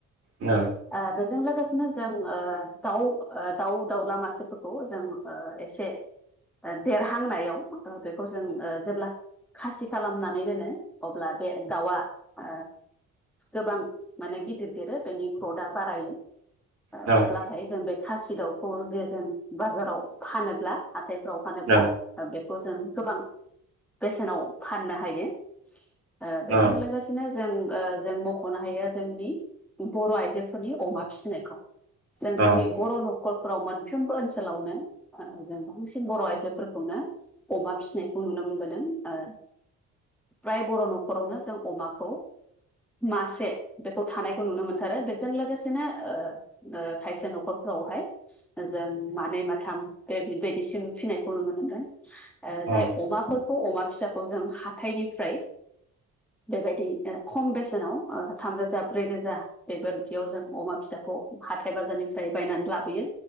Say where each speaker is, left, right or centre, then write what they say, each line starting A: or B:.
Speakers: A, on the right (about 55°); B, in the centre.
A: न
B: ओ बेजों लोगोसेनो जों ओ दाउ दाउ दाउला मासे फोरखौ जों ओ एसे देरहांनायाव बेखौ जों ओ जेब्ला खासि खालामनानै दोनो अब्ला बे दाउआ ओ गोबां माने गिदिर दिरो बेनि ग्रदआ बारायो।
A: न
B: ओ अब्लाथाय जों बे खासि दाउखौ जे जों बाजाराव फानोब्ला हाथाय फ्राव फानोब्ला
A: औ
B: ओ बेखौ जों गोबां बेसेनाव फाननो हायो। ओ बेेजों
A: औ
B: लोगोसेनो जों जों मख'नो हायो जोंनि बर' आइजोफोरनि अमा फिसिनायखौ। जों
A: औ
B: जोंनि बर' न'खरफोराव मोनफ्रोमबो ओनसो ओनसोलावनो जों बांसिन बर' आइजोफोरखौनो अमा फिसिनायखौ नुनो मोनबोदों ओ। फ्राय बर' न'खरावनो जों अमाखौ मासे बेखौ थानायखौ नुनो मोनथारो बेजों लोगोसेनो ओ ओ खायसे न'खरफोर फोरावहाय ओ जों मानै माथाम बेबायदिसिम फिनायखौ नुनो मोनदों
A: औ
B: जाय अमाफोर अ अमा फिसाखौ जों हाथाइनिफ्राय बेबायदि ओ खम बेसेनाव ओ थामरोजा ब्रै रोजा बेफोरदियाव जों अमा फिसा खौ हाथाय बाजारनिफ्राय बायनानै लाबोयो